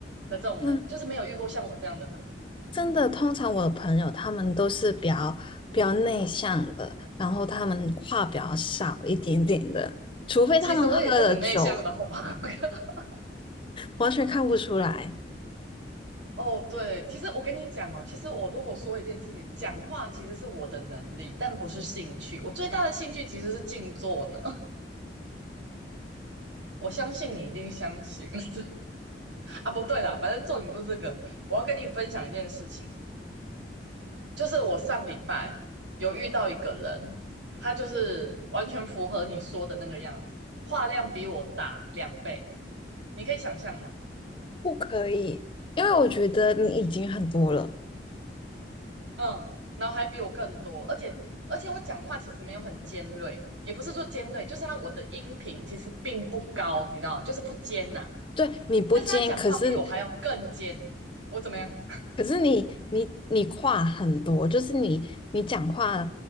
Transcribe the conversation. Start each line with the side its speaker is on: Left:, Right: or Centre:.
Right: 的这种人，
Left: 嗯，
Right: 就是没有遇过像我这样的人嘛
Left: 真的，通常我的朋友他们都是比较比较内向的，然后他们话比较少一点点的，除非他们喝了酒，
Right: 其实我也是很内向的，好吗？<laughs>
Left: 完全看不出来。
Right: 哦，对，其实我跟你讲哦，其实我如果说一件事情，讲话其实是我的能力，但不是兴趣。我最大的兴趣其实是静坐呢。我相信你一定相信 <laughs> 啊！不对啦，反正重点不是这个。我要跟你分享一件事情，就是我上礼拜有遇到一个人，他就是完全符合你说的那个样子，话量比我大两倍，你可以想象吗？
Left: 不可以，因为我觉得你已经很多了，
Right: 嗯，然后还比我更多，而且而且我讲话其实没有很尖锐，也不是说尖锐，就是他我的音频其实并不高，你知道吗，就是不尖呐、
Left: 对，你不尖，
Right: 但是他讲话比我还要更尖，
Left: 可是
Right: 我怎么样？
Left: 可是你你你话很多，就是你你讲话，